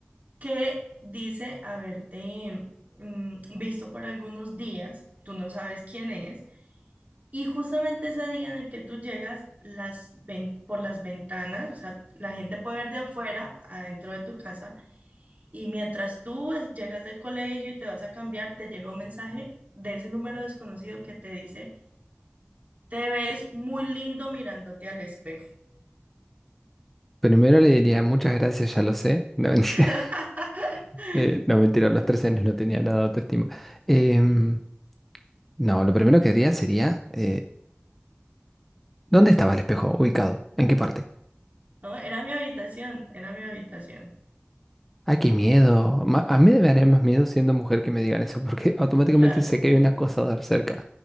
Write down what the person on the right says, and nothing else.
que dice haberte mm, visto por algunos días, tú no sabes quién es Y justamente ese día en el que tú llegas, las ven- por las ventanas, o sea, la gente puede ver de afuera, adentro de tu casa, y mientras tú es- llegas del colegio y te vas a cambiar, te llega un mensaje de ese número desconocido que te dice, te ves muy lindo mirándote al espejo.
<laughs>
No, era mi habitación, era mi habitación,
claro.